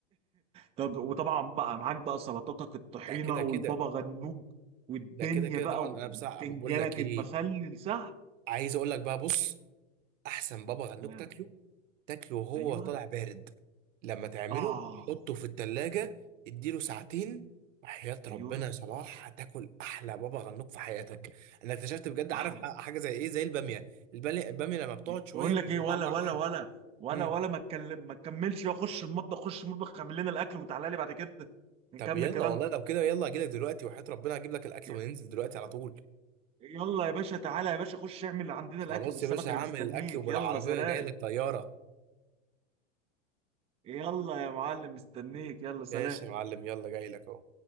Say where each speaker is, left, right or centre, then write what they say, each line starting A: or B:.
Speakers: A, on the right; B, on the right.
A: طب وطبعا بقى معاك بقى سلطاتك الطحينه
B: ده كده
A: والبابا
B: كده
A: غنوج والدنيا
B: ده كده كده
A: بقى
B: طبعا انا
A: وبتنجانك
B: بصراحه بقول لك ايه
A: المخلل صح
B: عايز اقول لك بقى بص احسن بابا غنوج
A: آه،
B: تاكله تاكله وهو
A: ايوه
B: طالع بارد لما تعمله
A: اه
B: حطه في التلاجة اديله ساعتين وحياة ربنا
A: ايوه
B: يا صلاح هتاكل احلى بابا غنوج في حياتك انا اكتشفت بجد
A: احلى
B: عارف ح- حاجة زي ايه زي البامية البامية البامية لما بتقعد
A: بقول
B: شوية بيبقى
A: لك ايه ولا
B: طعمها
A: ولا
B: احلى
A: ولا ولا
B: مم.
A: ولا ما اتكلم ما تكملش يا خش المطبخ خش المطبخ اعمل لنا الاكل وتعالى لي بعد كده نكمل
B: طب يلا
A: كلامنا
B: والله لو كده يلا اجيلك دلوقتي وحياة ربنا هجيب لك الاكل
A: ي-
B: وننزل دلوقتي على طول
A: يلا يا باشا تعالى يا باشا خش اعمل عندنا الاكل
B: خلاص
A: والسمك
B: يا باشا
A: انا
B: هعمل
A: مستنيك
B: الاكل وبالعربية
A: يلا سلام
B: جاي لك طيارة
A: يلا يا معلم مستنيك يلا سلام
B: ماشي يا معلم يلا جاي لك اهو